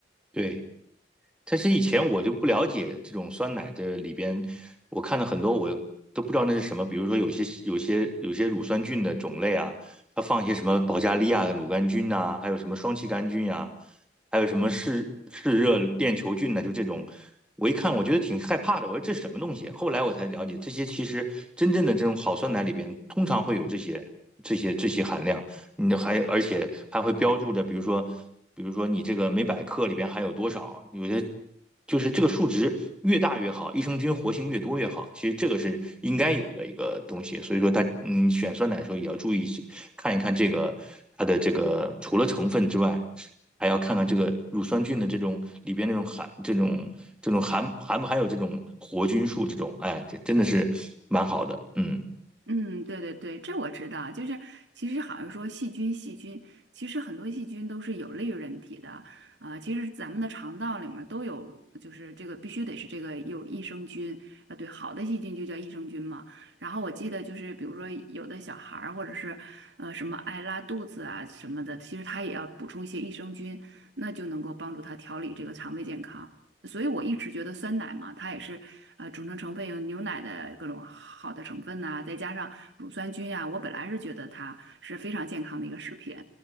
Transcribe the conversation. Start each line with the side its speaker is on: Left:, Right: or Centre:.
Centre: 对。但是以前我就不了解这种酸奶的里边，我看了很多我都不知道那是什么，比如说有些有些有些乳酸菌的种类啊，它放一些什么保加利亚的乳杆菌呐、还有什么双歧杆菌呀、还有什么嗜嗜热链球菌呢、就这种。我一看，我觉得挺害怕的。我说这什么东西？后来我才了解，这些其实真正的这种好酸奶里边，通常会有这些这些这些含量。你还而且还会标注着，比如说，比如说你这个每百克里边含有多少，有些就是这个数值越大越好，益生菌活性越多越好。其实这个是应该有的一个东西，所以说它嗯选酸奶的时候也要注意看一看这个它的这个除了成分之外。还要看看这个乳酸菌的这种里边那种含这种这种含含不含有这种活菌素这种，哎，这真的是蛮好的，嗯。
Right: 嗯，对对对，这我知道。就是其实好像说细菌，细菌其实很多细菌都是有利于人体的啊、其实咱们的肠道里面都有，就是这个必须得是这个有益生菌啊、对，好的细菌就叫益生菌嘛。然后我记得就是比如说有的小孩儿或者是呃什么爱拉肚子啊什么的，其实他也要补充一些益生菌，那就能够帮助他调理这个肠胃健康。所以我一直觉得酸奶嘛，它也是呃组成成分有牛奶的各种好的成分呐、再加上乳酸菌呀、我本来是觉得它是非常健康的一个食品，